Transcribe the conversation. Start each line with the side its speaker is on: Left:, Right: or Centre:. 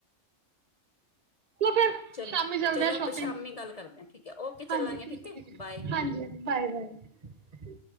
Right: ਚਲੋ ਫਿਰ
Left: ਚਲੋ
Right: ਸ਼ਾਮੀ ਚਲਦੇ
Left: ਚਲੋ
Right: ਆ
Left: ਆਪਾਂ
Right: ਸ਼ੋਪਿੰਗ,
Left: ਸ਼ਾਮੀ ਗੱਲ ਕਰਦੇ ਹਾਂ ਠੀਕ ਹੈ ਓਕੇ ਚੱਲਾਂਗੇ
Right: ਹਾਂਜੀ ਠੀਕ ਹੈ-ਠੀਕ ਹੈ
Left: ਬਾਏ
Right: ਹਾਂਜੀ ਹਾਂ ਬਾਏ-ਬਾਏ।